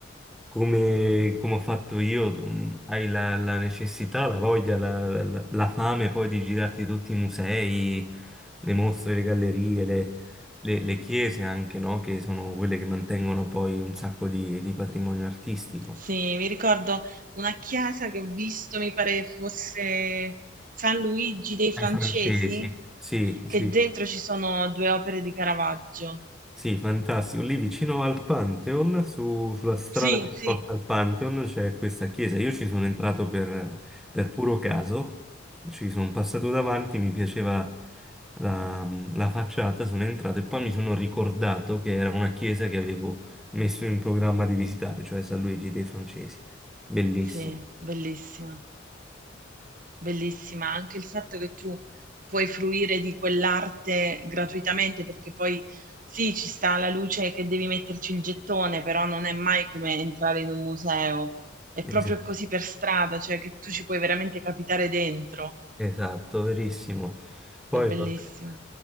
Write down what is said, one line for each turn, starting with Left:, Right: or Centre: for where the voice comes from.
Centre: come, come ho fatto io, tu, mh, hai la, la necessità, la voglia, la, la- la fame poi di girarti tutti i musei, le mostre, le gallerie, le, le- le chiese anche, no? Che sono quelle che mantengono poi un sacco di, di patrimonio artistico.
Right: Sì, mi ricordo una chiesa che ho visto, mi pare fosse San Luigi dei
Centre: Ai
Right: Francesi,
Centre: francesi, sì, sì.
Right: che dentro ci sono due opere di Caravaggio.
Centre: Sì, fantastico. Lì vicino al Pantheon, su- sulla strada
Right: Sì,
Centre: che
Right: sì.
Centre: porta al Pantheon, c'è questa chiesa. Io ci sono entrato per, per puro caso, ci sono passato davanti, mi piaceva la, la facciata, sono entrato e poi mi sono ricordato che era una chiesa che avevo messo in programma di visitare, cioè San Luigi dei Francesi. Bellissimo.
Right: Sì, bellissima. Bellissima, anche il fatto che tu puoi fruire di quell'arte gratuitamente, perché poi sì, ci sta la luce che devi metterci il gettone, però non è mai come entrare in un museo, è
Centre: Es-
Right: proprio così per strada, cioè che tu ci puoi veramente capitare dentro.
Centre: Esatto, verissimo. Poi
Right: È bellissimo.
Centre: vabbè.